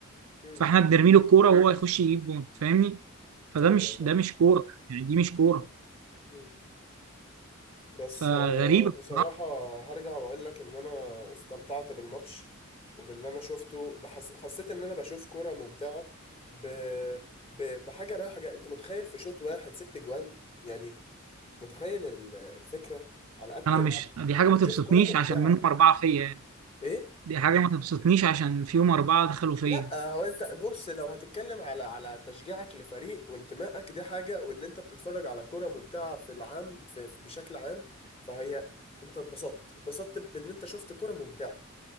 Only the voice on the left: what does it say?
مم،
ايوه
فاهم
مم. بس
آه، بصراحة
هرجع وأقول لك إن أنا استمتعت بالماتش وباللي أنا شفته لحس... حسيت إن أنا بشوف كرة ممتعة ب... ب... بحاجة رايحة جاية أنت متخيل في شوط واحد ست جوان يعني متخيل ال- الفكرة على قد
على-
أنت
بتشوف
كرة ممتعة
إيه؟
لا هو انت بص لو هتتكلم على على تشجيعك لفريق وانتمائك دي حاجة وان انت بتتفرج على كرة ممتعة في العام في في- بشكل عام فهي انت اتبسطت اتبسطت بان انت شفت كرة ممتعة